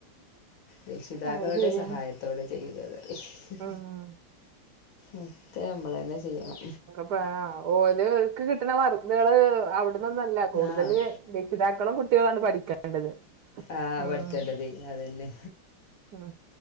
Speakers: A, on the left; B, on the right.
A: രക്ഷിതാക്കളുടെ
B: അത് ശരിയാണ്
A: സഹായത്തോടെ ചെയ്യുകന്നറിയും
B: ഉം
A: ഉം ഒക്കേ ഞമ്മളന്നെ ചെയ്യണം.
B: പ്പ ഓല് ക്കുകൾക്ക് കിട്ടുന്ന വർക്കുകള് അവിടുന്നൊന്നല്ല കൂടുതല്
A: ആ
B: രക്ഷിതാക്കളും കുട്ടികളാണ് പഠിക്കേണ്ടത്.
A: ആ
B: ഉം
A: പഠിക്കേണ്ടത് അതന്നെ.
B: ഉം